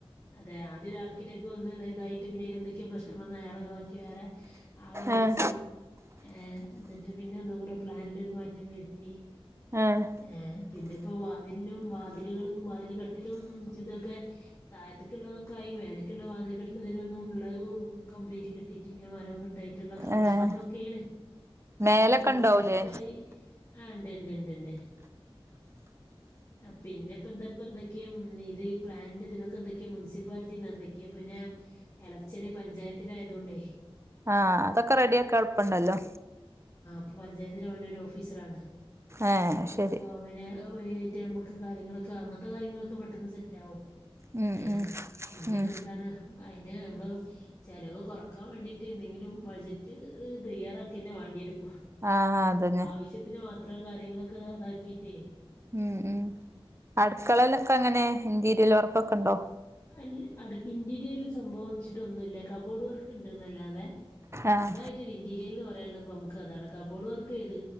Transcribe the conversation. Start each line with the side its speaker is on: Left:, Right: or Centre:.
Left: അതെ ആദ്യം ഒരു ആർക്കിടെക് വന്ന്ത ഇതായിട്ട് പിന്നെ എന്തൊക്കെയോ പ്രശ്നം വന്ന അയാളെ ഒഴിവാക്കി വേറെ- ആളെ വെച്ച്
Right: ആഹ്
Left: ഏ എന്നിട്ട് പിന്നെ ഒന്നും കൂടെ പ്ലാനിലൊ ഒരു മാറ്റം വരുത്തി
Right: ആഹ്
Left: ഏ പിന്നെ ഇപ്പൊ വാതിലിനും വാതിലുകളും വാതിൽ കട്ടിലും ഇ ഇതൊക്കെ താഴത്തേക്കുള്ളതൊക്കെ ആയി മേലക്കുള്ള വാതിൽ കട്ടിലും ഇതിനൊന്നും ഉള്ള കംപ്ലീറ്റ് കിട്ടിയിട്ടില്ല മരവും കിട്ടായിട്ടുള്ളൊക്കെ പ്രശ്നങ്ങളൊക്കെയാണ്
Right: ആഹ് മേലൊക്കെ
Left: ഒക്കെ ഇങ്ങട്ട്
Right: ഇണ്ടാവൂലേ
Left: സെറ്റ് ആയി ആ ഉണ്ട് ഉണ്ട് ഇണ്ട് ഉണ്ട് ആ പിന്നെ ഇപ്പ എന്താപ്പ എന്തൊക്കെയ ഇത് ഈ പ്ലാന്റ് ഇതിനൊക്കെ എന്തൊക്കെയാ മുൻസിപ്പാലിറ്റിന്ന് എന്തൊക്കെയാ പിന്നെ ഇളച്ചന് പഞ്ചായത്തിലായതുകൊണ്ടേ
Right: ആഹ് അതൊക്കെ റെഡി ആക്കി എളപ്പുണ്ടല്ലോ
Left: ഇപ്പൊ പഞ്ചായത്തിഓന ഒരു ഓഫീസർണ്
Right: ഏഹ് ശരി
Left: അപ്പൊ അവന് മറ്റെ നമ്മുക്ക് കാര്യങ്ങളൊക്കെ അങ്ങനത്തെ കാര്യങ്ങളൊക്കെ പെട്ടെന്ന് സെറ്റാകും
Right: ഉം
Left: ഏ
Right: ഉം
Left: പിന്നെ
Right: ഉം
Left: ഇപ്പൊ എന്താണ് അതിന് നമ്മൾ ചെലവ് കുറക്കാൻ വേണ്ടിയിട്ട് എന്തെങ്കിലും ബഡ്ജറ്റ് തയ്യാറൊക്കെ തന്നെ വേണ്ടി വരും
Right: ആഹ് അതന്നെ
Left: ആവശ്യത്തിന് മാത്രം കാര്യങ്ങളൊക്കെതാക്കിട്ടേ
Right: ഉം ഉ അടുക്കളയിലൊക്കെ അങ്ങനെ ഇൻന്റീരിയൽ വർ ഒക്കെ ഉണ്ടോ
Left: അ ഇ ഇന്റീരിയറിൽ സംഭവം വെച്ചിട്ടൊന്നുമല്ല കബ്ബോർഡ് വർക്ക് ഉണ്ട്ന്നല്ലാതെ
Right: ആഹ്
Left: അതായിത് ഇന്റീരിയൽന്ന് പറ ുള്ളത് നമുക്ക് അതാണ് കാർബ്ബോർഡ് വർക്ക് എഴുതി